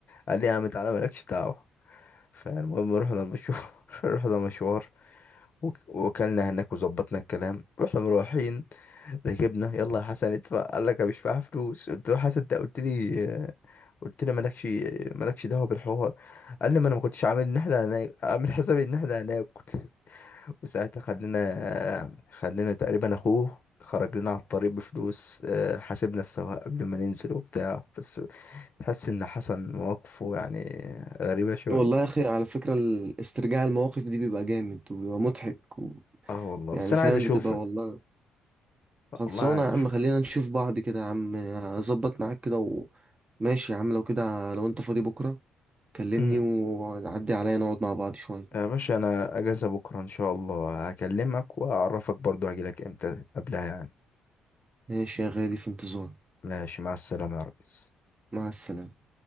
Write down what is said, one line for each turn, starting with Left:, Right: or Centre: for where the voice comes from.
Left: قال لي يا عم تعالى مالكش دعوة فالمهم رحنا مشوار <laughs> رحنا مشوار وك- وكلنا هناك وظبطنا الكلام واحنا مروحين ركبنا يلا يا حسن ادفع قال لك انا مش معايا فلوس قلت له يا حسن انت قلت لي قلت لي مالكش مالكش دعوه بالحوار قال لي ما انا ما كنتش عامل ان احنا هناك عامل حسابي ان احنا هناكل وساعتها خلينا خلينا تقريبا اخوه خرج لنا على الطريق بفلوس آه، حاسبنا السواق قبل ما ننزل وبتاع بس تحس ان حسن مواقفه يعني غريبه شويه
Right: والله يا اخي على فكرة ال- استرجاع المواقف دي بيبقى جامد وبيبقى مضحك و...
Left: اه والله
Right: يعني
Left: بس انا
Right: فاهم
Left: عايز اشوفك
Right: بتبقى والله خلصانة
Left: والله عايز
Right: يا عم
Left: اشوفك
Right: خلينا نشوف بعض كده يا عم اظبط معاك كده و... ماشي يا عم لو كده لو انت فاضي بكرة كلمني
Left: امم
Right: ونعدي عليا نقعد مع بعض شوية
Left: يا باشا انا اجازة بكرة ان شاء الله هكلمك واعرفك برضو هجيلك امتى قبلها يعني
Right: ماشي يا غالي في انتظارك
Left: ماشي مع السلامة يا ريس
Right: مع السلامة